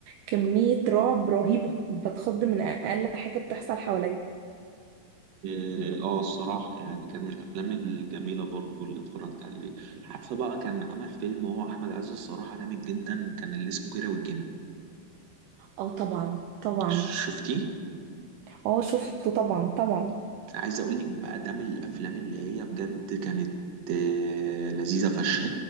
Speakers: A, on the right; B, on the right.
A: كميه رعب رهيبه بتخض من اقل حاجه بتحصل حواليا
B: اه آه، الصراحة يعني كان من الأفلام الجميلة برضو اللي اتفرجت عليه عارفة بقى كان عمل فيلم هو أحمد عز الصراحة جامد جدا كان اللي اسمه كيرة والجن
A: اه طبعا طبعا
B: شفتيه؟
A: اه شفته طبعا طبعا
B: عايز أقول لك بقى ده من الأفلام اللي هي بجد كانت آه، لذيذة فشخ